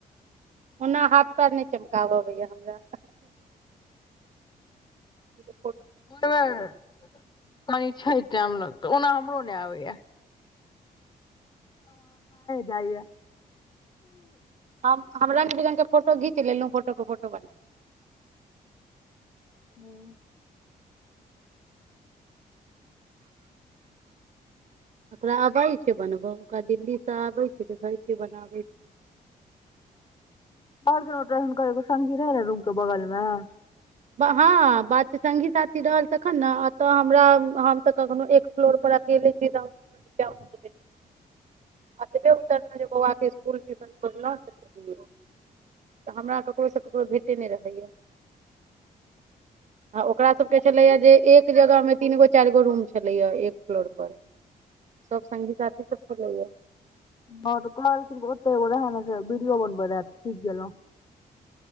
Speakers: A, on the right (about 50°); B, on the left (about 30°).
A: ओना हाथ पैर नहि चमकाबा भैा हमरा ब <unintelligible> <inaudible>
B: <unintelligible> पान छै टाइम लगत ओना हमरो नहि आबैय जाइया
A: हम रंगग बिरङंगग के फोटो घीच लेलहुँ फोटो को फोटो बना
B: हँ
A: ओकरा अबै छै बनबय ओकरा दिल्ली सँ आबै छै देखै छैिय बनाबै छै
B: बरके नोटन कह सगी रह रह रूम के बगलमे
A: हँ बात छै सङ्गी साथी रहल तखन ने एतऽ हमरा हम तऽ कखनो एक फ्लोर पर अकेले छी तऽच आतबे उतरलहुँ जे बौआबाके इसकुल ट्यूशन खोललहुँ तऽ तऽ हमरा ककरोसँ ककरो भेटे नहि। आ ओकरा सभके छलैए जे एक जगहमे तीन गो चारि गो रूम छलैए एक फ्लोरपर सभ सङ्गी साथीसभ छलैए
B: हँ तऽ कह ओतेो रह बीडियओ बन ब रह ठीक गेलेलहु